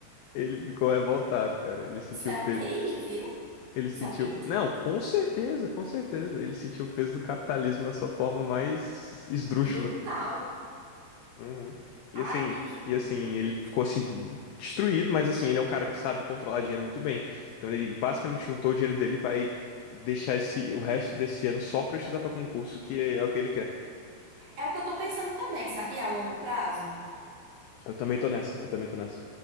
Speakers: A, on the left (about 85°); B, on the right (about 70°).
A: Ele ficou revoltado, cara. Ele sentiu
B: Isso é
A: o
B: um
A: peso.
B: QI, viu?
A: Ele sentiu.
B: Isso é um QI indica.
A: Não, com certeza, com certeza. Ele sentiu o peso do capitalismo na sua forma mais esdrúxula.
B: Brutal.
A: Uhum. E
B: Ai,
A: assim,
B: menino.
A: e assim, ele ficou assim destruído, mas assim, ele é um cara que sabe controlar dinheiro muito bem. Então ele basicamente juntou o dinheiro dele e vai deixar esse o resto desse ano só pra estudar pra concurso, que é, o que ele quer.
B: É o que eu tô pensando também, sabia? A longo prazo.
A: Eu também tô nessa, eu também tô nessa.